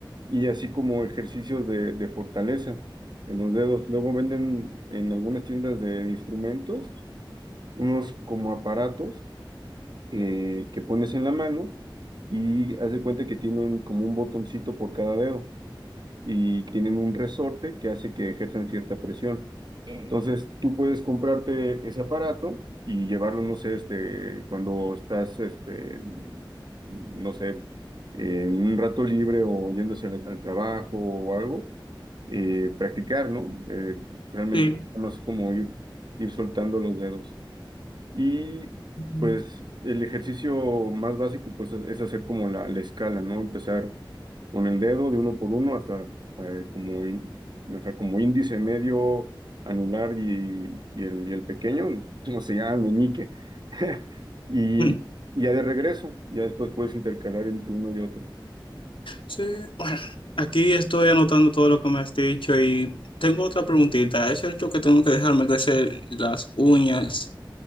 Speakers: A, on the right (about 55°); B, on the left (about 75°).
A: Y así como ejercicios de, de fortaleza en los dedos. Luego venden en algunas tiendas de instrumentos unos como aparatos eh, que pones en la mano y haz de cuenta que tienen como un botoncito por cada dedo y tienen un resorte que hace que ejerzan cierta presión. Entonces tú puedes comprarte ese aparato y llevarlo, no sé, este, cuando estás, este, no sé, en un rato libre o yéndose al, al trabajo o algo, eh, practicar, ¿no? Eh, realmente
B: Sí.
A: no es como ir, ir soltando los dedos. Y
B: Ujú.
A: pues el ejercicio más básico pues es es hacer como la, la escala, ¿no? Empezar con el dedo de uno por uno hasta eh, como, í- o sea, como índice medio, anular y, y el, y el pequeño, ¿cómo se llama? Meñique. <laughs> Y
B: Mm.
A: y ya de regreso, ya después puedes intercalar entre uno y otro.
B: Sí, bueno, aquí estoy anotando todo lo que me has dicho y tengo otra preguntita. ¿Es cierto que tengo que dejarme crecer las uñas?